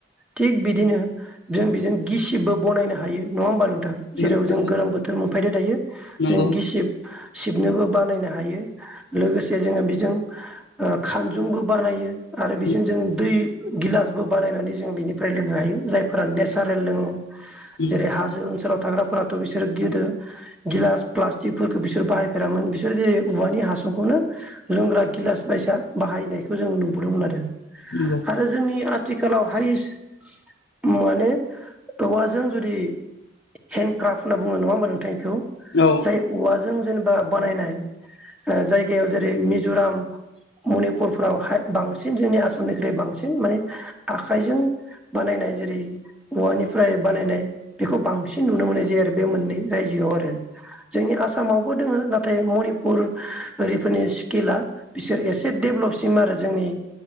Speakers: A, in the centre; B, on the left (about 55°).
A: थिग बिदिनो जों बिजों गिसिबबो बनायनो हायो। नङा होमबा नों थां जेराव
B: नों
A: जों
B: नंगौ
A: गोलोम बोथोर मोनफैदो दायो
B: नंगौ
A: जों गिसिब सिबनोबो बानायनो हायो लोगोसे जोङो बेजों ओ खानजुंबो बानायो आरो बेजों
B: उम
A: जों दै गिलासबो बानायनानै जों बिनिफ्राय लोंनो हायो जायफोरा नेसारेल लोङो।
B: नंगौ
A: जेरै हाजो ओनसोलाव थाग्राफोराथ' बिसोर गोदो गिलास प्लास्टिकफोरखौ बिसोर बाहायफेरामोन बिसोर जेरै औवानि हासुंखौनो लोंग्रा गिलास बायसा बाहायनायखौ जों नु बोदोंमोन आरो।
B: नंगौ
A: आरो जोंनि ओ थिखालाव हायेस्ट माने औवाजों जुदि हेन्दडक्राफ्ट होनना बुङो नङा होमबा नोंथां बेखौ?
B: औ
A: जाय उवा जों जेनेबा बानायनाय ओ जायगायाव जेरै मिज'राम मनिपुरफ्राव हाय बांसिन जोंनि आसामनिख्रुइ बांसिन माने आखाइजों बानायनाय जेरै औवानिफ्राय बानायनाय बेखौ बांसिन नुनो मोननाय जायो आरो बे मोननै रायजोआव आरो। जोंनि आसामावबो दोङो नाथाय मनिपुर ओरिफोरनि स्किला बिसोर एसे देभलपसिम आरो जोंनि